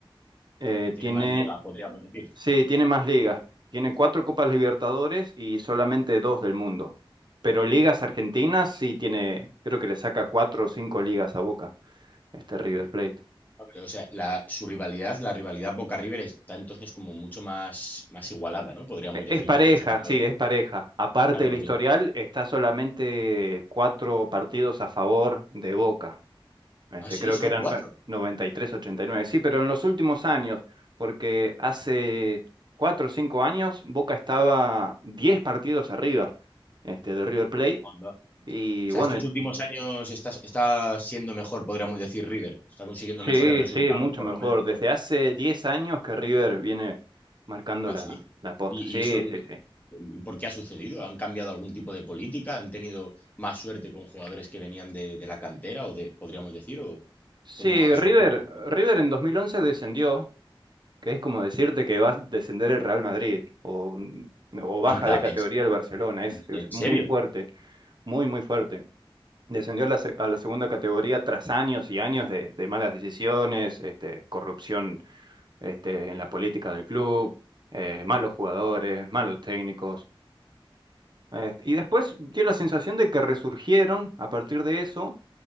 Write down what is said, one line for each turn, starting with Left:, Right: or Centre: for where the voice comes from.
Right: eh,
Left: Tiene
Right: tiene,
Left: más liga, podríamos decir.
Right: sí, tiene más ligas. Tiene cuatro Copas Libertadores y solamente dos del mundo. Pero ligas argentinas sí tiene, creo que le saca cuatro o cinco ligas a Boca, este River Plate.
Left: O sea, la- su rivalidad, la rivalidad Boca-River está entonces como mucho más, más igualada, ¿no? Podríamos
Right: E-
Left: decir
Right: Es pareja,
Left: que, por ejemplo,
Right: sí, es pareja. Aparte
Left: claro,
Right: del
Left: porque...
Right: historial,
Left: es eso.
Right: está solamente cuatro partidos a favor de Boca. Este,
Left: Ah, sí,
Right: creo
Left: solo
Right: que eran
Left: cuatro.
Right: eh, noventa y tres ochenta y nueve, Sí, pero en los últimos años, porque hace cuatro o cinco años Boca estaba 10 partidos arriba, este, de River Plate.
Left: Onda.
Right: Y
Left: O sea,
Right: bueno,
Left: estos últimos años está, está siendo mejor, podríamos decir, River. Está consiguiendo mejores
Right: sí,
Left: resultados,
Right: sí, mucho
Left: por
Right: mejor.
Left: lo menos.
Right: Desde
Left: pues.
Right: hace 10 años que River viene marcando
Left: Ah,
Right: la,
Left: sí.
Right: la posta.
Left: Y,
Right: Sí,
Left: y eso
Right: sí, sí.
Left: ¿Por qué ha sucedido? ¿Han cambiado algún tipo de política? ¿Han tenido más suerte con jugadores que venían de, de la cantera o de, podríamos decir, o
Right: Sí,
Left: cómo ha sucedido?
Right: River, River en 2011 descendió que es como decirte que va a descender el Real Madrid o, mm, o baja
Left: Onda,
Right: de categoría
Left: en,
Right: el Barcelona. Es,
Left: en-
Right: es
Left: en
Right: muy
Left: serio.
Right: fuerte, muy, muy fuerte. Descendió a la, se- a la segunda categoría tras años y años de, de malas decisiones, este, corrupción este, en la política del club, eh, malos jugadores, malos técnicos. Eh, y después dio la sensación de que resurgieron a partir de eso